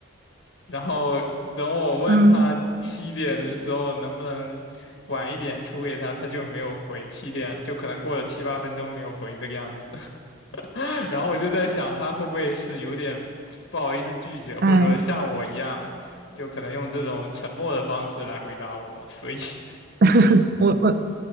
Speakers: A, on the left; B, on the right.
A: 然后等我问他七点的时候能不能晚一点出给他，
B: 嗯，
A: 他就没有回，七点就可能过了七八分钟没有回这个样子，<laughs> 然后我就在想他会不会是有点不好意思拒绝，或者说像我一样，
B: 哎，
A: 就可能用这种沉默的方式来回答我，所以 <laughs>
B: <laughs> 我我